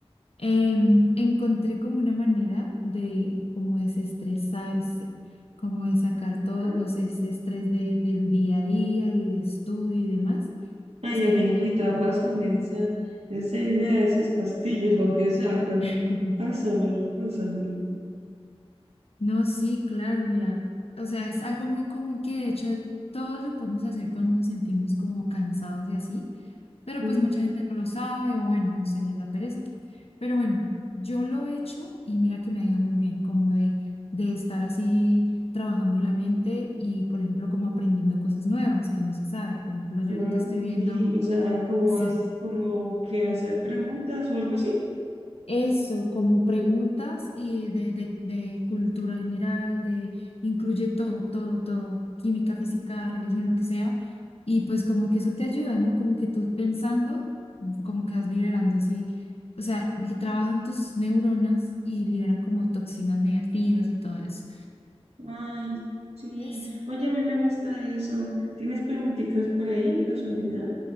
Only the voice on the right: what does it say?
¿Ah?
Ay,
amiguita,
pásame esa, esa idea, esas pastillas, lo que sea, pero
pásamelo, pásamelo.
Ujú.
Ah,
ok,
o sea, como,
has, como que hacer preguntas o algo así.
Ay, sí.
Oye, a mí me gusta eso. ¿Tienes preguntitas por ahí de casualidad?